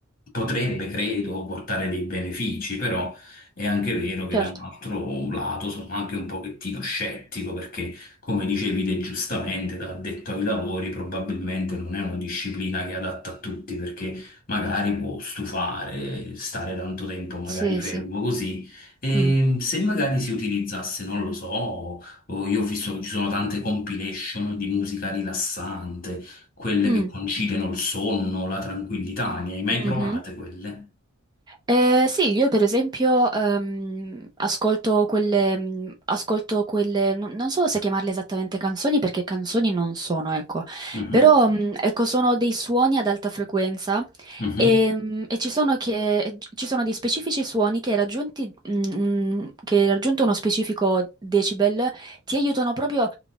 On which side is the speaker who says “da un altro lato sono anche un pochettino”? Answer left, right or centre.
Left